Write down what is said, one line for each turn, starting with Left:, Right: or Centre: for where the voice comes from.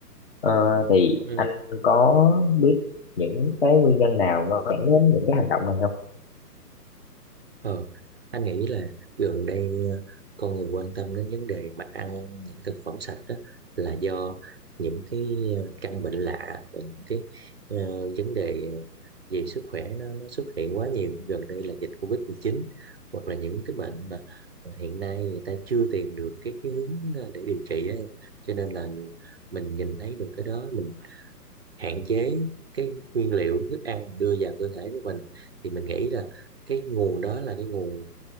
Left: Ờ, thì
Right: ừ.
Left: anh có biết những cái nguyên nhân nào nó dẫn đến những cái hành động này không?
Right: Ờ, anh nghĩ là gần đây ờ, con người quan tâm đến vấn đề mà ăn những thực phẩm sạch đó là do những cái ờ, căn bệnh lạ và những cái ờ, vấn đề ờ, về sức khỏe nó, nó xuất hiện quá nhiều như gần đây là dịch covid mười chín hoặc là những cái bệnh mà ờ, hiện nay người ta chưa tìm được cái cái hướng ờ, để điều trị á em. Cho nên là mình nhìn thấy được cái đó mình hạn chế cái nguyên liệu thức ăn mình đưa vào cơ thể của mình thì mình nghĩ là cái nguồn đó là cái nguồn